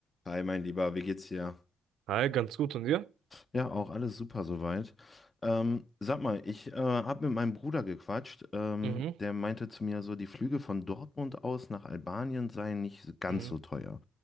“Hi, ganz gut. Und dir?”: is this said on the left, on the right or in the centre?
Right